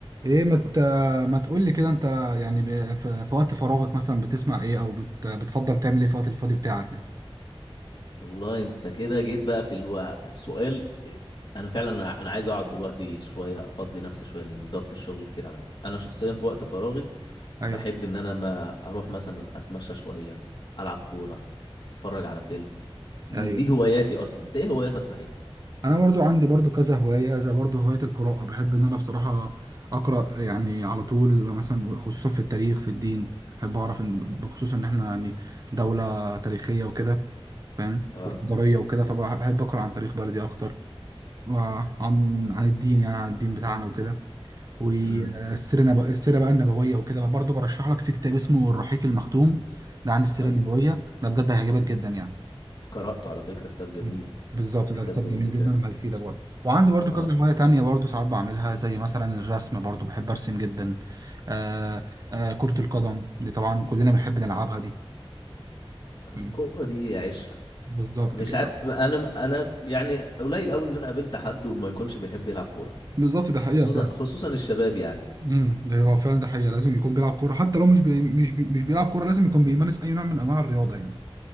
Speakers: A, on the right; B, on the left.
A: ايه ما مت... ما تقول لي كده انت يعني ب... في... في وقت فراغك مثلا بتسمع ايه او بت... بتفضل تعمل ايه في وقت الفاضي بتاعك يعني
B: والله انت كده جيت بقى في الوقت السؤال انا فعلا انا أنا عايز اقعد دلوقتي شويه افضي نفسي شويه لان ضغط الشغل كتير عليا انا شخصيا في وقت فراغي
A: ايوه
B: بحب ان انا ما اروح مثلا اتمشى شويه العب كوره اتفرج على فيلم دي
A: ايوه
B: دي هواياتي اصلا انت ايه هواياتك صحيح
A: انا برضو عندي برضو كذا هواية زي برضو هواية القراءة بحب ان انا بصراحة اقرا يعني على طول مثلا خصوصا في التاريخ في الدين بحب اعرف ان بخصوص ان احنا يعني دولة تاريخية وكده فاهم
B: اه
A: وحضارية وكده فبحب اقرا عن تاريخ بلدي اكتر وعن عن الدين يعني عن الدين بتاعنا وكده والسيره
B: امم
A: نب... السيره بقى النبويه وكده بقى برضه برشح لك في كتاب اسمه الرحيق المختوم ده عن السيره
B: ايوه
A: النبويه ده بجد هيعجبك جدا يعني
B: قراته على فكره كتاب جميل
A: مم. بالظبط
B: كتاب
A: ده كتاب
B: جميل
A: جميل
B: فعلا
A: جدا وهيفيدك برضه وعندي برضه
B: اه
A: كذا هوايه تانية برضه ساعات بعملها زي مثلا الرسم برضه بحب ارسم جدا آه آه كره القدم دي طبعا كلنا بنحب نلعبها دي
B: الكوره
A: مم.
B: دي عشق
A: بالظبط
B: مش
A: كده
B: عارف انا انا يعني قليل قوي ان انا قابلت حد وما يكونش بيحب يلعب كوره
A: بالظبط ده حقيقه
B: خصوصا
A: فعلا
B: خصوصا الشباب يعني
A: امم ده هو فعلا ده حقيقه لازم يكون بيلعب كوره حتى لو مش بي... مش بي... مش بيلعب كوره لازم يكون بيمارس اي نوع من انواع الرياضه يعني